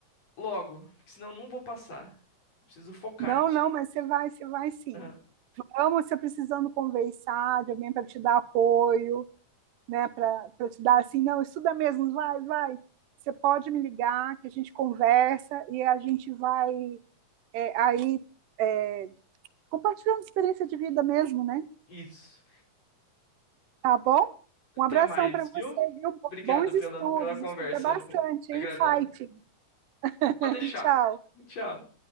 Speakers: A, on the left; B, on the right.
A: logo, porque senão eu não vou passar. Eu preciso focar
B: Não,
A: nisso.
B: não, mas você vai, você vai sim.
A: Aham,
B: Amo você precisando conversar de alguém para te dar apoio, né? Para te dar assim, não, estuda mesmo, vai, vai. Você pode me ligar, que a gente conversa e a gente vai é, aí é, compartilhando experiência de vida mesmo, né?
A: Isso.
B: Tá bom?
A: Até
B: Um abração
A: mais,
B: para
A: viu?
B: você, viu?
A: Obrigado
B: Bons
A: pela,
B: estudos,
A: pela conversa
B: estuda bastante,
A: com- agradável.
B: hein? Fighting. <laughs>
A: Pode deixar.
B: Tchau.
A: Tchau.